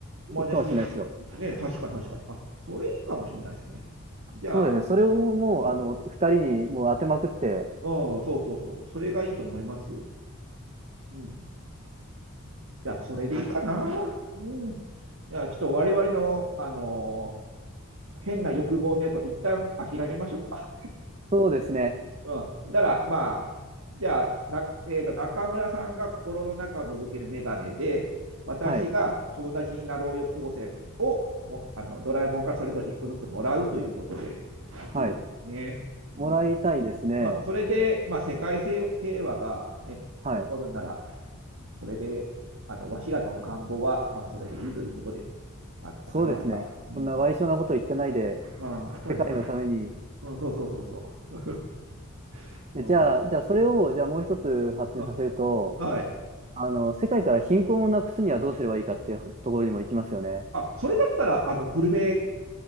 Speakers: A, on the right; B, on the right.
A: ん、まだしに、
B: 行くかもしれないですよ。
A: ね、確かに確かに。あ、それいいかもしれないですね。じゃあ、
B: そうですね。それをもう、
A: うん、
B: あの、二人にもう当てまくって、
A: うん、そうそうそう、それがいいと思います。うん。じゃあ、それでいいかな。
B: あ
A: うん。じゃあ、ちょっと我々の、あのー変な欲望のやつを一旦諦めましょうか。
B: そうですね。
A: うん。だから、まあ、じゃあ、な、えっと、中村さんが心の中を覗けるメガネで、私が友達になろうよ構成をも、
B: はい。
A: あの、ドラえもんからそれぞれ1個ずつもらうということで、
B: はい。
A: いいですね。うん。
B: もらいたいですね。
A: まあ、それで、まあ、世界平平和がね、起こるなら、
B: はい。
A: それで、あの、わしらの願望は、まあ、それでいいということで、あの、
B: そうですね。
A: 収めました。うん。
B: そんな賠償なこと言ってないで、
A: まあ、そうですよね。
B: 世界のために。
A: うん、そうそうそうそう。<laughs> う
B: えじゃあ、じゃあ、それを、じゃあもう一つ発展させると、
A: ん、うん、はい。
B: あの、世界から貧困をなくすにはどうすればいいかっていうところにも行きますよね。
A: あ、それだったら、あの、グルメ、